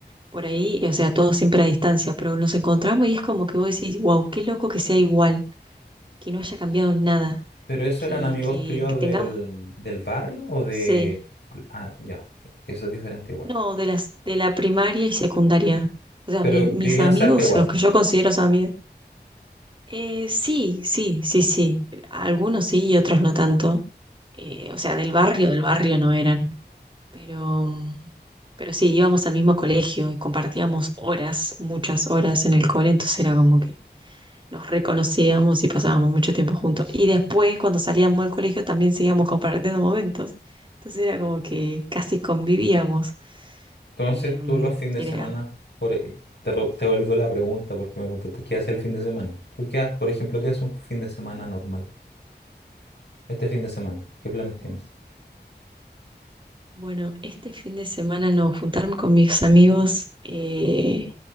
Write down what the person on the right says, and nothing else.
por ahí, o sea, todo siempre a distancia, pero nos encontramos y es como que vos decís, wow, qué loco que sea igual, que no haya cambiado nada,
que,
que,
que tengamos...
Sí,
No, de las, de la primaria y secundaria. O sea,
mi- mis
amigos,
los que yo considero amigos. Eh, sí, sí, sí, sí. Algunos sí y otros no tanto. Eh, o sea, del barrio, del barrio no eran. Pero, mm, pero sí, íbamos al mismo colegio y compartíamos horas, muchas horas en el cole, entonces era como que nos reconocíamos y pasábamos mucho tiempo juntos. Y después, cuando salíamos del colegio, también seguíamos compartiendo momentos. Entonces era como que casi convivíamos.
Em,
era,
"Mm, bueno, este fin de semana no, juntarme con mis amigos, eh,